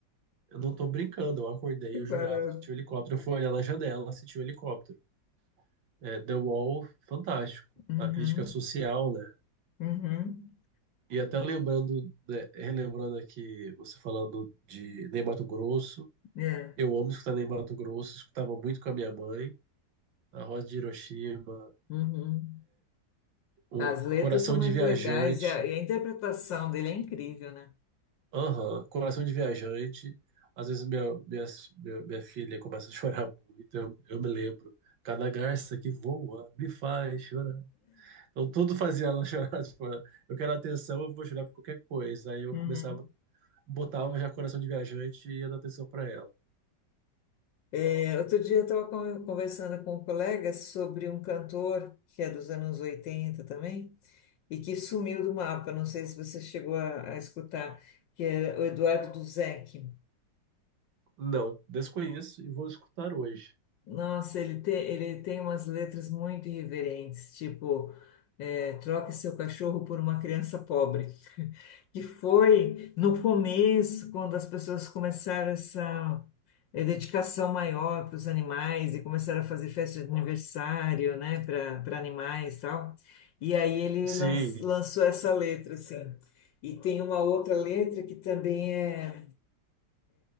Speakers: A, on the right; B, on the left.
A: Eu não tô brincando, eu acordei
B: Que
A: e eu
B: barato.
A: jurava que tinha um helicóptero. Eu fui olhar na janela, se tinha um helicóptero. É, The Wall, fantástico.
B: Uhum,
A: A crítica social, né?
B: uhum,
A: E até lembrando, né, relembrando aqui, você falando de Ney Mato Grosso.
B: é.
A: Eu amo escutar Ney Mato Grosso, escutava muito com a minha mãe. A Rosa de Hiroshima,
B: Uhum.
A: o
B: As letras
A: Coração
B: são muito
A: de Viajante.
B: legais e a, e a interpretação dele é incrível, né?
A: Aham, Coração de Viajante. Às vezes minha, minha, minha, minha filha começa a chorar muito, eu, eu me lembro. Cada garça que voa me faz chorar. Então tudo fazia ela chorar. <laughs> Tipo, eu quero atenção, eu vou chorar por qualquer coisa. Aí eu
B: Uhum.
A: começava, botava já coração de viajante e ia dar atenção para ela.
B: É, outro dia eu estava conversando com um colega sobre um cantor que é dos anos 80 também e que sumiu do mapa. Não sei se você chegou a, a escutar, que era o Eduardo Duzec.
A: Não, desconheço e vou escutar hoje.
B: Nossa, ele tem, ele tem umas letras muito irreverentes, tipo, é, troque seu cachorro por uma criança pobre, que foi no começo, quando as pessoas começaram essa é, dedicação maior para os animais e começaram a fazer festa de aniversário, né, para para animais e tal. E aí ele
A: Sim,
B: lan- lançou essa letra, assim. E tem uma outra letra que também é,